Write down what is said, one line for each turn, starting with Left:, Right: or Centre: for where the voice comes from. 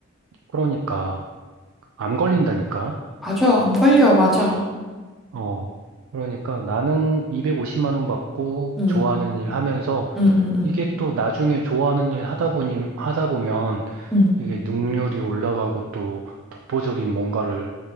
Right: 그러니까 암 걸린다니까.
Centre: 맞아, 암 걸려, 맞아.
Right: 어. 그러니까 나는 250만 원 받고
Centre: 응,
Right: 좋아하는 일 하면서
Centre: 응, 응, 응,
Right: 이게 또 나중에 좋아하는 일 하다 보니 하다 보면
Centre: 응,
Right: 이게 능률이 올라가고 또 독보적인 뭔가를,